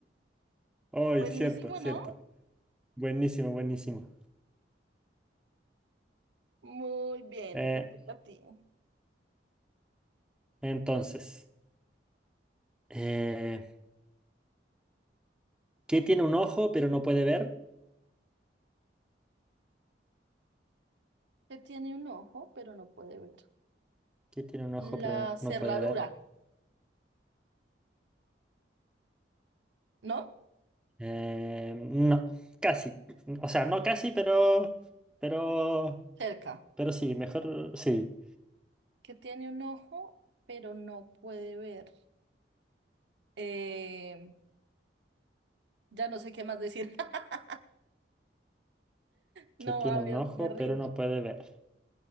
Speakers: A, in the centre; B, on the right.
A: Oh,
B: Buenísimo,
A: y cierto, cierto.
B: ¿no?
A: Buenísimo, buenísimo.
B: Muy bien,
A: Eh,
B: te toca a ti.
A: entonces, eh, ¿qué tiene un ojo pero no puede ver?
B: Que tiene un ojo, pero no puede ver.
A: ¿Qué tiene un ojo pero
B: La
A: no
B: cerradura,
A: no puede ver?
B: ¿no?
A: Eh, no, casi. O sea, no casi, pero, pero,
B: Cerca.
A: pero sí, mejor sí.
B: Que tiene un ojo, pero no puede ver. Eh, ya no sé qué más decir. <laughs> No,
A: Que tiene
B: a
A: un
B: ver,
A: ojo,
B: me rindo,
A: pero no puede ver.